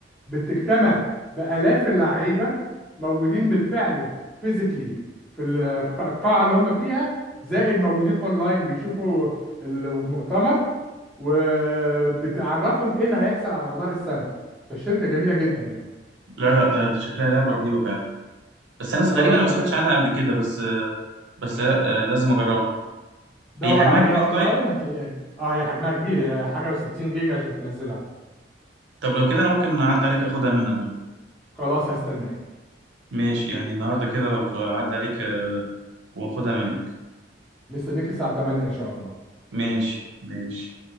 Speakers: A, in the centre; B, on the right.
A: بتجتمع بالاف اللعيبه موجودين بالفعل فيزيكلي في الق- القاعه اللي هم فيها زائد موجودين اونلاين بيشوفوا المؤتمر وبتعرفهم ايه اللي هيحصل على مدار السنه فالشركه جميله جدا يعني
B: لا لا ده دي شكلها لعبة رهيبة فعلا بس ناس
A: خلاص
B: غريبة أنا ما
A: لما
B: سمعتش عنها قبل كده بس بس آه، لازم أجربها
A: تدور
B: هي حجمها
A: عليها
B: كبير
A: اونلاين
B: طيب
A: هتلاقيها اه هي حجمها كبير هي حاجه و60 جيجا عشان تنزلها
B: طب لو كده أنا ممكن أعدي عليك أخدها منك بقى
A: خلاص هستناك
B: ماشي يعني النهاردة كده لو أعدي عليك آه، وأخدها منك
A: مستنيك الساعه 8 ان شاء الله
B: ماشي ماشي